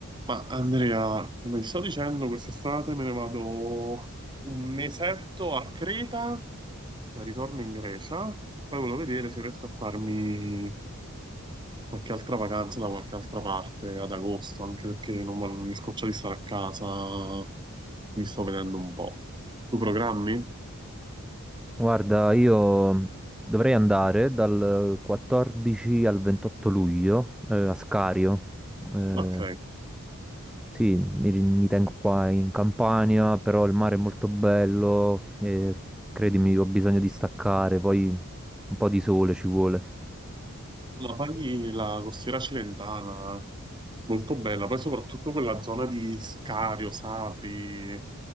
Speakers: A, on the right; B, in the centre.
A: Ma Andrea, come ti sto dicendo, quest'estate me ne vado un mesetto a Creta, poi ritorno in Grecia e poi volevo vedere se riesco a farmi qualche altra vacanza da qualche altra parte ad agosto, anche perché non vo- mi scoccio di stare a casa, mi sto vedendo un po'. Tu programmi?
B: Guarda, io dovrei andare dal 14 al 28 luglio eh, a Scario. Eh,
A: Ok.
B: sì, mi, ri- mi tengo qua in Campania, però il mare è molto bello e credimi, ho bisogno di staccare, poi un po' di sole ci vuole.
A: La paghi la costiera cilentana, molto bella, poi soprattutto quella zona di Scario, Sapri,